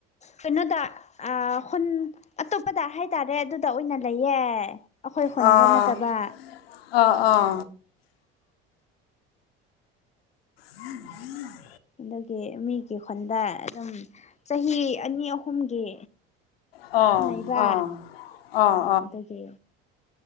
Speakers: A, on the left; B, on the left.
A: ꯀꯩꯅꯣꯗ ꯑꯥ ꯈꯨꯟ ꯑꯇꯣꯞꯄꯗ ꯍꯥꯏꯇꯥꯔꯦ ꯑꯗꯨꯗ ꯑꯣꯏꯅ ꯂꯩꯌꯦ ꯑꯩꯈꯣꯏ ꯈꯨꯟꯗ
B: ꯑꯥ
A: ꯅꯠꯇꯕ ꯑꯥ
B: ꯑꯥ ꯑꯥ ꯎꯝ ꯎꯝ
A: ꯑꯗꯨꯒꯤ ꯃꯤꯒꯤ ꯈꯨꯣꯟꯗ ꯑꯗꯨꯝ ꯆꯍꯤ ꯑꯅꯤ ꯑꯍꯨꯝꯒꯤ
B: ꯑꯥ
A: ꯂꯩꯕ
B: ꯑꯥ ꯑꯥ
A: ꯑꯗꯨꯒꯤ